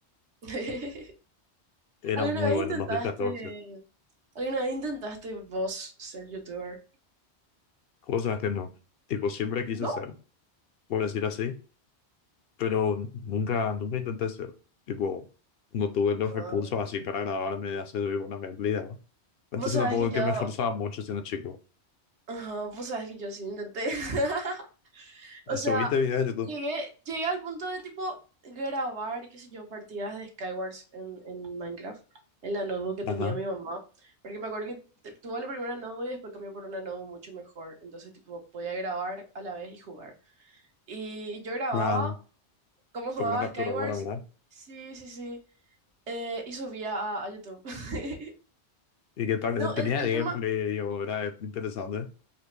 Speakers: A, on the right; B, on the left.
A: <laughs>
B: Eran
A: ¿Alguna
B: muy
A: vez
B: buenos
A: intentaste,
B: en 2014.
A: alguna vez intentaste vos ser youtuber?
B: Cosas que no. Tipo, siempre quise
A: ¿No?
B: ser, por decir así. Pero nunca, nunca intenté ser. Tipo, no tuve los
A: Ah,
B: recursos así para grabarme de hacer una gameplay, ¿no? Entonces
A: vos sabés
B: tampoco
A: que
B: es
A: yo,
B: que me esforzaba mucho siendo chico.
A: ajá, vos sabés que yo sí intenté. <laughs> O
B: Subiste
A: sea,
B: videos de YouTube.
A: llegué, llegué al punto de tipo grabar, qué sé yo, partidas de Skywars en, en Minecraft, en la notebook que tenía
B: Ajá.
A: mi mamá. Porque me acuerdo que te- tuve la primera notebook y después cambió por una notebook mucho mejor. Entonces, tipo, podía grabar a la vez y jugar. Y yo grababa
B: Bueno,
A: cómo jugaba
B: con la capturadora,
A: Skywars.
B: ¿verdad?
A: Sí, sí, sí. Eh, y subía a, a YouTube. <laughs>
B: Y que tal,
A: No,
B: tenía
A: el, el
B: gameplay,
A: tema.
B: digo, era interesante.